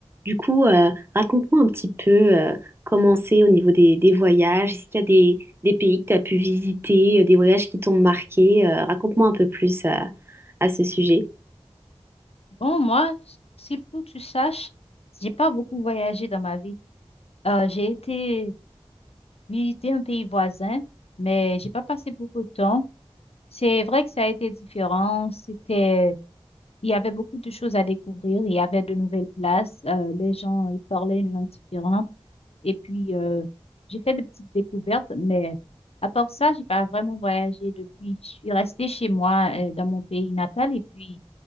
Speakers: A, on the right; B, on the left.
A: Du coup, euh, raconte-moi un petit peu euh, comment c'est au niveau des, des voyages. Est-ce qu'il y a des, des pays que tu as pu visiter, euh, des voyages qui t'ont marqué? Euh, raconte-moi un peu plus euh, à ce sujet.
B: Bon, moi, s'il faut que tu saches, j'ai pas beaucoup voyagé dans ma vie. Euh, j'ai été visiter un pays voisin, mais j'ai pas passé beaucoup de temps. C'est vrai que ça a été différent. C'était, il y avait beaucoup de choses à découvrir. Il y avait de nouvelles places. euh, les gens, ils parlaient une langue différente. Et puis, euh, j'ai fait de petites découvertes, mais à part ça, j'ai pas vraiment voyagé depuis. Je suis restée chez moi, euh, dans mon pays natal. Et puis,